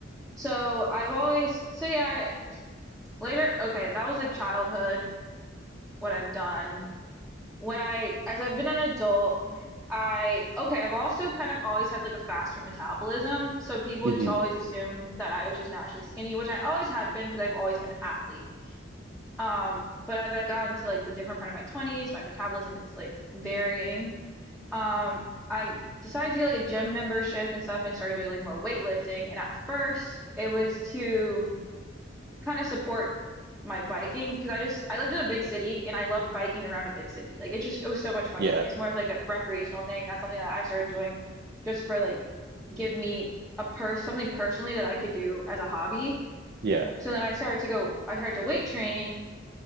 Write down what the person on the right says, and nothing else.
Mm-hmm.
Yeah.
Yeah.